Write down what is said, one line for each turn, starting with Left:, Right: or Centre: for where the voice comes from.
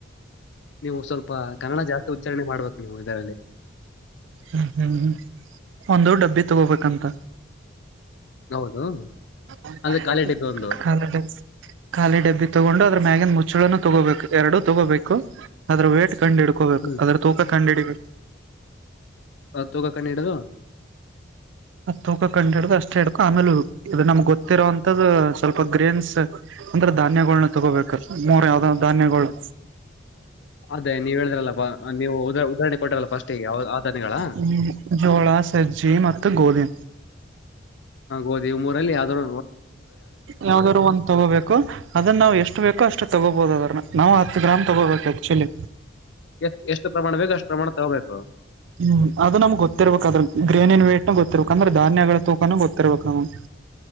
Left: ನೀವು ಸ್ವಲ್ಪ ಕನ್ನಡ ಜಾಸ್ತಿ ಉಚ್ಚಾರಣೆ ಮಾಡ್ಬೇಕ ನೀವು ಇದರಲ್ಲಿ
Right: ಹ್ಮ್ ಹ್ಮ್ ಹ್ಮ್ ಒಂದು ಡಬ್ಬಿ ತಗೋಬೇಕಂತ
Left: ಹೌದು
Right: <unintelligible>
Left: ಅಂದ್ರೆ ಖಾಲಿ ಡಬ್ಬಿ ಒಂದು
Right: ಖಾಲಿ ಡಬ್ಬಿ ತಗೊಂಡು ಅದ್ರ ಮ್ಯಾಗಿನ್ ಮುಚ್ಚು ಚ್ಚುಳನು ತಗೋಬೇಕು ಎರಡು ತಗೋಬೇಕು ಅದ್ರ ವೇಟ್ ಕಂಡು ಹಿಡ್ಕೋಬೇಕು
Left: ಹ್ಮ್
Right: ಅದ್ರ ತೂಕ ಕಂಡ ಹಿಡಿಬೇಕು
Left: ಅದ್ ತೂಕ ಕಣ್ಣು ಹಿಡಿದು
Right: ತೂಕ ಕಂಡ್ ಹಿಡ್ದು ಅಷ್ಟೇ ಹಿಡ್ಕೊ, ಆಮೇಲ್ ಇದು ನಮ್ಗ್ ಗೊತ್ತಿರೊ ಅಂತದು ಸ್ವಲ್ಪ ಗ್ರೈನ್ಸ್ ಅಂದ್ರ ಧಾನ್ಯಗಳ್ನ ತಗೋಬೇಕ, ಮೂರ್ ಯಾವ್ದಾವ ಧಾನ್ಯಗಳು
Left: ಅದೇ ನೀವ್ ಹೇಳಿದ್ರಲ್ಲ ಪ, ನೀವು ಉದಾಹರಣೆ ಕೊಟ್ಟ್ರಲ್ಲ ಫಸ್ಟ್ ಗೆ ಆ- ಆ ಧಾನ್ಯಗಳ
Right: ಹ್ಮ ಜೋಳ, ಸಜ್ಜಿ ಮತ್ತು ಗೋಧಿ
Left: ಗೋಧು ಇವ್ ಮೂರಲ್ಲಿ ಯಾವ್ದರು
Right: ಯಾವ್ದರು ಒಂದ್ ತಗೋಬೇಕು, ಅದನ್ ನಾವು ಎಷ್ಟು ಬೇಕೋ ಅಷ್ಟ್ ತಗೋಬೋದದ ನಾವು ಹತ್ತ್ ಗ್ರಾಮ್ ತೊಗೋಬೇಕು ಆ್ಯಕ್ಚುಲಿ
Left: ಎಷ್ಟ್ ಎಷ್ಟು ಪ್ರಮಾಣ ಬೇಕು ಅಷ್ಟು ಪ್ರಮಾಣ ತಗೋಬೇಕು
Right: ಹ್ಮ್ ಅದು ನಮ್ಗ್ ಗೊತ್ತಿರ್ಬೇಕಾದ್ರ ಗ್ರೇನಿನ್ ಗೊತ್ತಿರ್ಬೇಕು ಅಂದ್ರ ಧಾನ್ಯಗಳ ತೂಕಾನು ಗೊತ್ತಿರ್ಬೇಕು ನಮ್ಗೆ